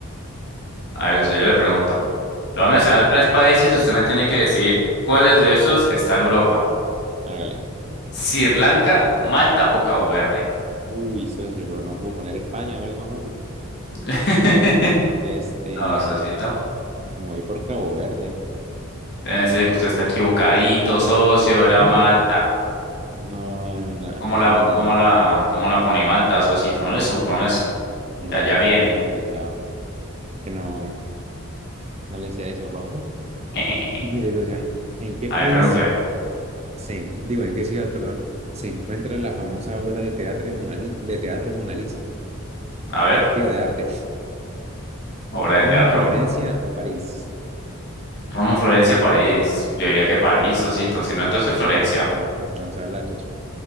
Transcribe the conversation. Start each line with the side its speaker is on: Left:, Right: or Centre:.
Left: A ver, si yo le pregunto. Le voy
Right: Hágale,
Left: a mencionar
Right: socio.
Left: tres países y usted me tiene que decir cuáles de esos está en Europa.
Right: Hágale.
Left: Sri Lanka, Malta o Cabo Verde.
Right: Uy, socio, pero no puedo poner España o algo más fácil.
Left: <laughs>
Right: Este,
Left: No, socito.
Right: me voy por Cabo Verde.
Left: Debe decirle que usted está equivocadito, socio, era
Right: No,
Left: Malta.
Right: no, no,
Left: ¿Cómo
Right: no
Left: la,
Right: tenía ni
Left: cómo
Right: idea.
Left: la, cómo la pone Malta, socito? No le supo, no le supo.
Right: No,
Left: Ya, ya viene.
Right: está complicado. Que no, no le decía eso, papu.
Left: <laughs>
Right: Mire, socio, ¿en qué
Left: A
Right: país
Left: ver, pregúntele.
Right: se, en- digo, en qué ciudad, perdón, se encuentra la famosa obra de teatro de Mona Li- de teatro Mona Lisa?
Left: A ver,
Right: Digo, de arte.
Left: obra
Right: En
Left: de
Right: Roma,
Left: teatro.
Right: Florencia o París,
Left: Roma, Florencia, París. Yo diría que París, Osito. Si no, entonces Florencia.
Right: que no, <laughs> no vamos a hablar, socio.